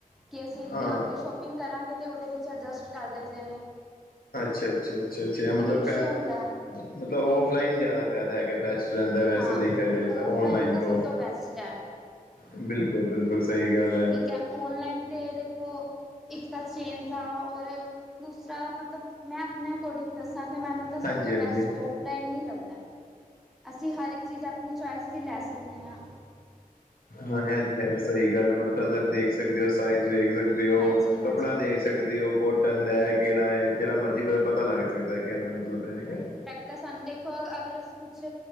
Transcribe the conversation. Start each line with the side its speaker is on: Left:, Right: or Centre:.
Centre: ਕਿ ਅਸੀਂ
Left: ਹਾਂ
Centre: ਅਗਲੀ ਸ਼ੋਪਿੰਗ ਕਰਾਂਗੇ ਅਤੇ ਉਹਦੇ ਵਿੱਚ ਐਡਜਸਟ ਕਰ ਦਿੰਦੇ ਨੇਂ।
Left: ਅੱਛਾ ਅੱਛਾ ਅੱਛਾ ਅੱਛਾ, ਮਤਲਬ
Centre: ਇਸ਼ੂ
Left: ਫ
Centre: ਹੁੰਦਾ ਹੈ
Left: ਮਤਲਬ ਔਫਲਾਈਨ ਜ਼ਿਆਦਾ ਫੈਦਾ ਹੈਗਾ ਬੈਸਟ ਰਹਿੰਦਾ ਵੈਸੇ
Centre: ਹਾਂ
Left: ਦੇਖਿਆ ਜਾਏ ਤਾਂ
Centre: ਔਫਲਾਈਨ
Left: ਔਨਲਾਈਨ
Centre: ਤਾਂ
Left: ਤੋਂ
Centre: ਸਭ ਬੈਸਟ ਹੈ
Left: ਬਿਲਕੁਲ ਬਿਲਕੁਲ ਸਹੀ ਗੱਲ ਐ।
Centre: ਠੀਕ ਹੈ ਔਨਲਾਈਨ ਦੇ ਦੇਖੋ ਇੱਕ ਤਾਂ ਚੇਂਜ ਦਾ ਔਰ ਦੂਸਰਾ ਮਤਲਬ ਮੈਂ ਆਪਣੇ ਅਕੋਰਡਿੰਗ ਦੱਸਾਂ ਅਤੇ ਮੈਨੂੰ ਤਾਂ ਸਭ
Left: ਹਾਂਜੀ
Centre: ਤੋਂ
Left: ਹਾਂਜੀ
Centre: ਬੈਸਟ ਓਫ ਲਾਇਣ ਈ ਲੱਗਦਾ। ਅਸੀਂ ਹਰ ਇੱਕ ਚੀਜ਼ ਆਪਣੀ ਚੁਆਇਸ ਦੀ ਲੈ ਸਕਦੇ ਹਾਂ।
Left: ਹਾਂ ਇਹ ਤੇ ਹੈ ਸਹੀ ਗੱਲ ਮ ਕਲਰ ਦੇਖ ਸਕਦੇ ਹੋ, ਸਾਈਜ਼ ਦੇੇਖ ਸਕਦੇ ਹੋ,
Centre: ਹਾਂਜੀ ਹਾਂਜੀ
Left: ਕੱਪੜਾ ਦੇਖ ਸਕਦੇ ਹੋ, ਕੋਟਨ ਦਾ ਕਿਹੜਾ ਹੈ? ਜਿਹੜਾ ਮਰਜ਼ੀ ਪਤਾ ਪਤਾ ਲੱਗ ਸਕਦਾ ਕਹਿ ਦਾ ਮਤਲਬ ਹੈਗਾ।
Centre: ਤਾਂ ਸਾਨੂੰ ਦੇਖੋ ਅਗਰ ਅਸੀਂ ਕੁਛ